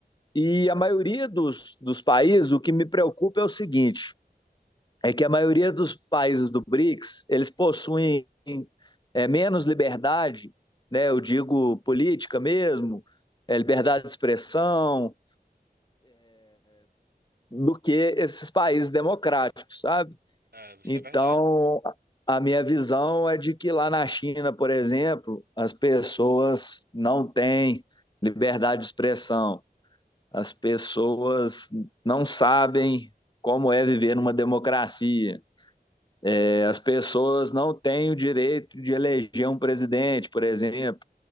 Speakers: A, on the left; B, on the right.
A: E a maioria dos, dos países, o que me preocupa é o seguinte: é que a maioria dos países do BRICS eles possuem é, menos liberdade, né? Eu digo política mesmo, é, liberdade de expressão, do que esses países democráticos, sabe?
B: É, isso
A: Então,
B: é verdade.
A: a minha visão é de que lá na China, por exemplo, as pessoas não têm liberdade de expressão, As pessoas não sabem como é viver numa democracia. É, as pessoas não têm o direito de eleger um presidente, por exemplo,